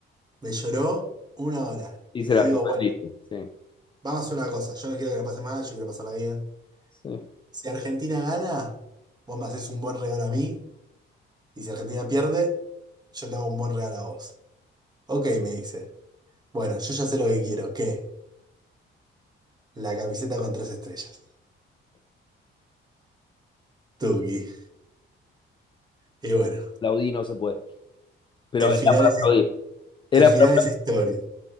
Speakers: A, on the right; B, on the left.
A: Me lloró una hora.
B: Y
A: Le
B: se la
A: digo,
B: suspendiste,
A: bueno.
B: sí,
A: Vamos a hacer una cosa. Yo no quiero que la pase mal, yo quiero pasarla bien.
B: sí.
A: Si Argentina gana, vos me haces un buen regalo a mí. Y si Argentina pierde, yo te hago un buen regalo a vos. Ok, me dice. Bueno, yo ya sé lo que quiero. ¿Qué? La camiseta con tres estrellas. Tuki. Y bueno,
B: Aplaudí no se puede. Pero
A: el
B: era
A: final
B: para
A: es,
B: aplaudir. Era
A: el final
B: para-
A: es historia.